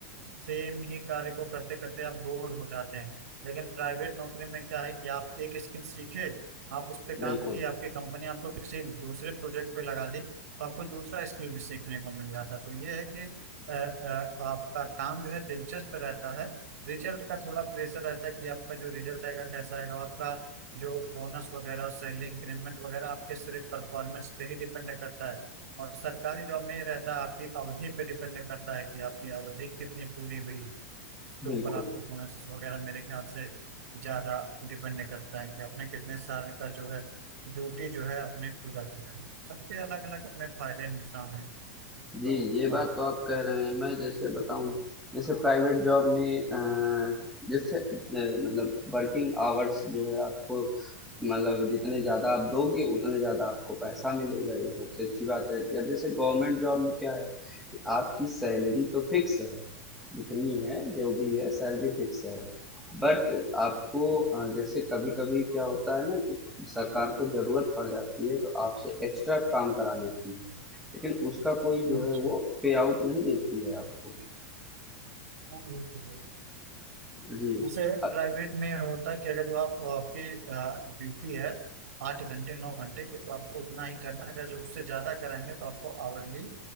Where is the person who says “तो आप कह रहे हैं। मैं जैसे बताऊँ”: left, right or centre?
Centre